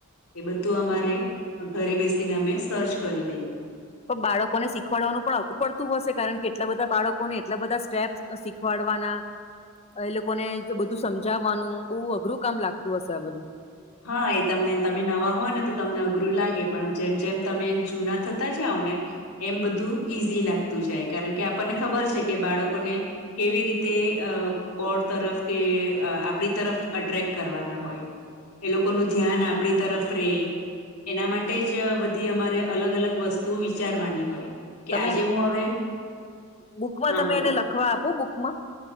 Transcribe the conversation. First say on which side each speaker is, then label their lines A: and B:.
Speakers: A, on the left; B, on the left.
A: એ બધું અમારે ઘરે બેસીને અમે સર્ચ કરી લઈએ.
B: પ બાળકોને શીખવાડવાનું પણ અધુ પડતું હશે, કારણ કે કેટલા બધા બાળકોને એટલા બધા સ્ટેપ્સ અ શીખવાડવાના એ લોકોને જો બધું સમજાવવાનું, બહુ અઘરું કામ લાગતું હશે આ બધું.
A: હા એ તમને તમે નવા હોય ને તો તમને અઘરું લાગે, પણ જેમ જેમ તમે જૂના થતા જઓને એમ બધું ઈઝી લાગતું જાય, કારણ કે આપણને ખબર છે કે બાળકોને કેવી રીતે અ બોર્ડ તરફ કે આપણી તરફ અટ્રેક્ટ કરવાના હોય. એ લોકોનુ ધ્યાન આપણી તરફ રે એના માટેજ બધી અમારે અલગ અલગ વસ્તુ વિચારવાની હોય. કે
B: તમે
A: આજે હું હવે
B: બુકમાં
A: હા
B: તમે
A: બોલો
B: એને લખવા આપો બુકમાં?